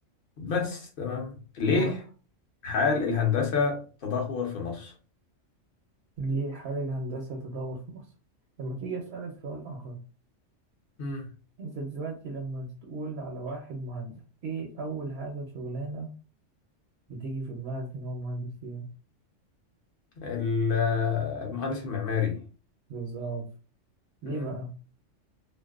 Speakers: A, on the left; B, on the right.
A: بس تمام ليه
B: و-
A: حال الهندسه تدهور في مصر
B: ليه حال الهندسة تدور في مصر لما تيجي أسألك سؤال آخر
A: مم.
B: أنت دلوقتي لما تقول على واحد مهندس إيه أول حاجة شغلانة بتيجي في دماغك إن هو مهندس فيها
A: ال- المهندس المعماري
B: بالظبط ليه
A: مم.
B: بقى؟